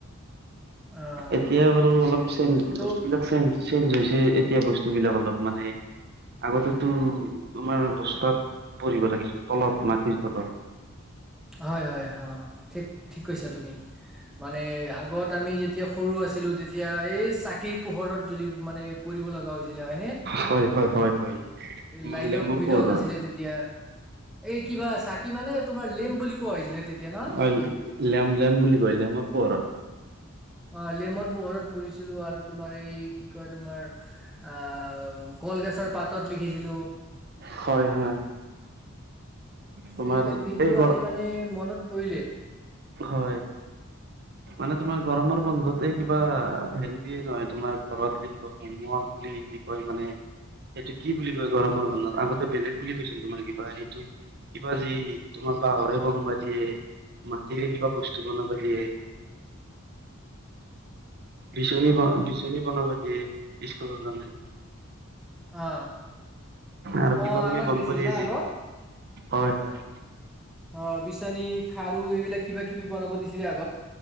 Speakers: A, in the centre; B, on the right (about 50°).
A: অ
B: এতিয়া বাৰু
A: ঠিকেই
B: অলপ ছেঞ্জ
A: ত'
B: বস্তুবিলাক ছেঞ্জ চেঞ্জ হৈছে এতিয়া বস্তুবিলাক অলপ মানে আগতেতো আমাৰ বস্তাত পৰিব লাগিছিল তলত মাটিৰ তলত।
A: হয়, হয়, অ, ' ঠিক ঠিক কৈছা তুমি। মানে আগত আমি যেতিয়া সৰু আছিলো তেত তিয়া এই চাকিৰ পোহৰত জুলি মানে পঢ়িব লগা হৈছিলে। হয়নে?
B: হয় হয় হয় হয় তোমাৰ
A: লাইনৰ
B: লেমৰ
A: সুবিধাও
B: পোহৰত
A: নাছিলে তেতিয়া। এই কিবা চাকি মানে তোমাৰ লেম বুলি কোৱা হৈছিলে তেতিয়া ন
B: অ, 'লেম লেম বুলি কয় লেমৰ পোহৰৰ।
A: অ', লেমৰ পোহৰত পঢ়িছিলো আৰু তোমাৰ এই কি কয় তোমাৰ আহ কলগছৰ পাতত লিখিছিলো।
B: হয়, হয়। তোমাৰ
A: কেইবিলাক দিনটো
B: এই গৰ
A: আজি মানে মনত পৰিলে।
B: হয়। মানে তোমাৰ গৰমৰ বন্ধতে কিবা হেল্ডিয়ে নহয় তোমাৰ ঘৰত লিখিব হোম ৱৰ্ক বুলি যি কি কয় মানে এইটো কি বুলি কয় গৰমৰ বন্ধত আগতে বেলেগ বুলি কৈছিল তোমাৰ কিবা এইটো কিবা যি তোমাৰ বাঁহৰে বম বা দিয়ে মা টিৰে কিবা বস্তু বনাব দিয়ে বিচনী ব বিচনী বনাবা দিয়ে স্কুলৰ কাৰণে।
A: অ
B: আৰু কিবা
A: অ
B: কিবি
A: আমাক
B: বনব
A: দিছিল
B: দি
A: না
B: আছি,
A: আগত
B: হয় হয়।
A: অ বিচনী, খাৰু এইবিলাক কিবা কিবি বনাব দিছিলে আ